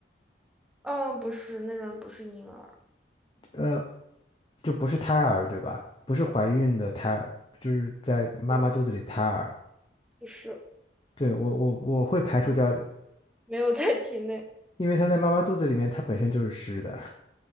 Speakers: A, in the centre; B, on the left.
A: 嗯，不是，那个人不是婴儿，
B: 呃，就不是胎儿，对吧？不是怀孕的胎，儿，就是在妈妈肚子里的胎儿。
A: 对，不是，
B: 对，我我我会排除掉，
A: 没有在体内。
B: 因为他在妈妈肚子里面，他本身就是湿的。